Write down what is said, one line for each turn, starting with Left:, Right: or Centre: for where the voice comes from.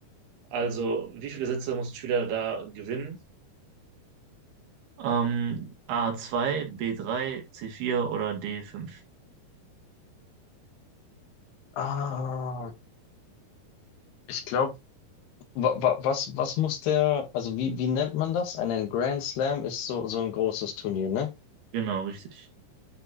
Right: Also, wie viele Sätze muss ein Spieler da gewinnen? Ähm, a zwei, b drei, c vier oder d fünf?
Left: Ah, ich glaube, wa, wa, was, was muss der, also wie, wie nennt man das? Einen Grand Slam ist so, so ein großes Turnier, ne?
Right: Genau, richtig.